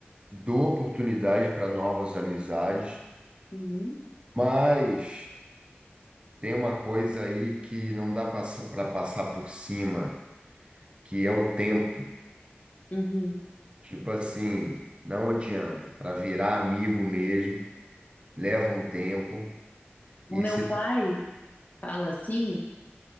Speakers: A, on the right; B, on the left.
A: dou oportunidade para novas amizades,
B: uhum,
A: mas tem uma coisa aí que não dá para passar por cima, que é o tempo.
B: uhum.
A: Tipo assim, não adianta, para virar amigo mesmo. leva um tempo e
B: O meu
A: situações,
B: pai fala assim